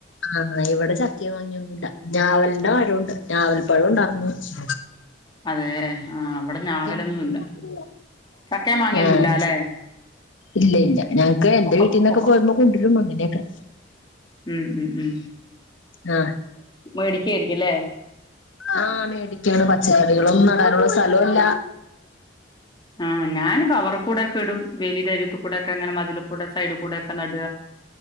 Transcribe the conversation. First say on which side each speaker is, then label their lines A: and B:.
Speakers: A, on the left; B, on the left.
A: ആഹ ഇവിടെ ചക്കയ മാങ്ങന്നുമില്ല ഞാവലിന്റെ മരണ്ട് ഞാവൽ പഴം ഉണ്ടാർന്നു കൊർച്ച്
B: അതെ ആഹ അവിടെ ഞാവലൊന്നുംല്ല
A: മാങ്ങയൊന്നും ഇല്ല
B: ചക്കയ മാങ്ങിയൊന്നുംല്ല
A: ആഹ്
B: ല്ലെ
A: ഇല്ല ഇല്ല ഞങ്ങക്ക് എന്റെ
B: പ
A: വീട്ടീന്നൊക്കെ പോരുമ്പോ കൊണ്ടരും അങ്ങനെയൊക്കെ
B: ഉം ഉ ഉ
A: ആഹ
B: മേടിക്കായിരിക്കുംല്ലേ
A: ആ മേടിക്കാണ് പച്ച തൈകളൊന്നും നടാനുള്ള സ്ഥലുംല്ല
B: ആ ഞാൻ കവർ കൂടെ ഒക്കെ ഇ ടും വേലിയതരിത്തി കൂടെ ഒക്കെ അങ്ങനെ മതില കൂടെ സൈഡ് കൂടെക്കെ നട